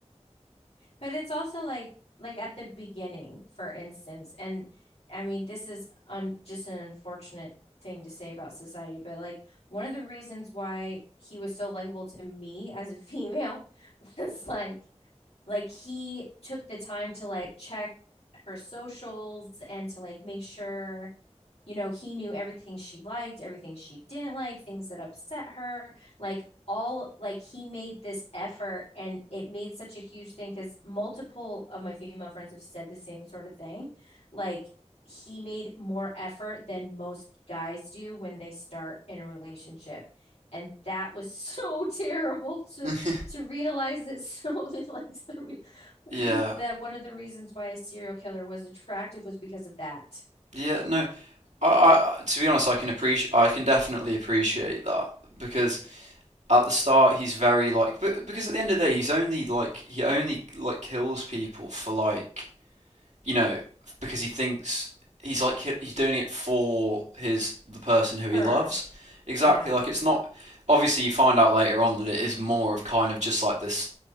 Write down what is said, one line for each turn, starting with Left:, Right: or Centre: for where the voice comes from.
Left: But it's also like like at the beginning, for instance, and I mean this is un just an unfortunate thing to say about society, but like one of the reasons why he was so likable to me as a female <laughs> was like like he took the time to like check her socials and to like make sure you know, he knew everything she liked, everything she didn't like, things that upset her, like all like he made this effort and it made such a huge thing because multiple of my female friends have said the same sort of thing. Like he made more effort than most guys do when they start in a relationship and that was <laughs> so terrible to
Right: <laughs>
Left: to realize that <laughs> so like so we, we
Right: Yeah,
Left: that one of the reasons why a serial killer was attractive was because of that
Right: yeah, no. I, I I- to be honest, I can appreciate I can definitely appreciate that because at the start he's very like but because at the end of the day he's only like he only like kills people for like you know, because he thinks he's like he's doing it for his the person who
Left: her
Right: he loves. Exactly.
Left: Yeah.
Right: Like it's not. Obviously, you find out later on that it is more of kind of just like this,